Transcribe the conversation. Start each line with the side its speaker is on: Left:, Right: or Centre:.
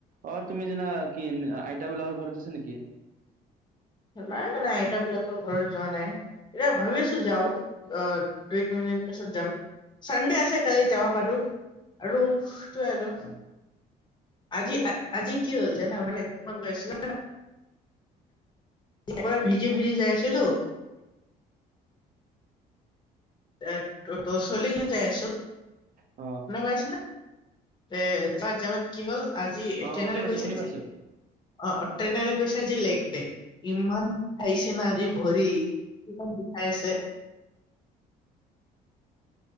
Right: অ তুমি যেনা কি আইতা বিলাৰ ঘৰত আছা নেকি?
Left: নাই মানে আইত বিলাকৰ ঘৰত যোৱা নাই। এয়া ভাবি আছো যাও, আহ দুই তিনিদিন পিছত যাম। চানডে আছে কালি যাব পাৰ। আৰু তো আৰু,
Right: অ
Left: আজি আজি কি হ'ল জানো মানে যিমান গৈছিল <unintelligible> পৰা ভিজি ভিজি যাই আছিলো এ ত ত' চলি কিনে যাই আছো
Right: অ'
Left: <unintelligible> এ যাত যাবাত কি হ'ল আজি
Right: অ
Left: ট্ৰনৰে
Right: শুনি পাইছো
Left: গৈছে
Right: শুনি পাইছো
Left: অ' ট্ৰনেৰে কৈছে আজি লেগ দে, ইমান বিষাইছে ন আজি ভৰি। ইমান বিষাই আছে।